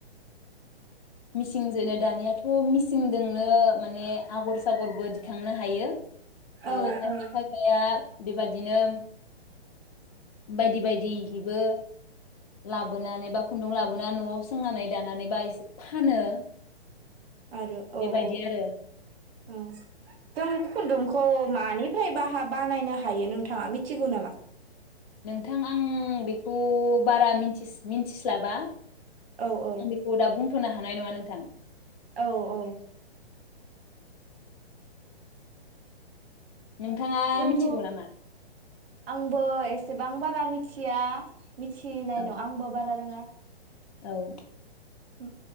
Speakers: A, on the left (about 35°); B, on the right (about 65°).
A: मिसिंजोनो दानियाथ' मिसिंदोंनो माने आगर सागरबो दिखांनो हायो। ओ
B: औ
A: खायफा
B: औ
A: खायफाया बेबादिनो बायदि बायदि हिबो लाबोनानै बा खुन्दुं लाबोनानै न'आव सोंनानै दानानै बा एसे फानो
B: आरो औ
A: बेबायदि
B: औ
A: आरो
B: ओम जों खुन्दुंखो मानिफ्राय बाहा बानायनो हायो नोंथाङा मिथिगौ नामा?
A: नोंथां आं बेखौ बारा मिनथि मिनथिस्लाबा आं
B: औ औ
A: बेखौ दाबुं थ'नो हानाय नङा नोंथां।
B: औ औ
A: नोंथाङा
B: जोंथ'
A: मिथिगौ नामा
B: आंबो एसे बां बारा मिथिया मिथिनायन
A: औ
B: आंबो बारा रोङा।
A: औ
B: होम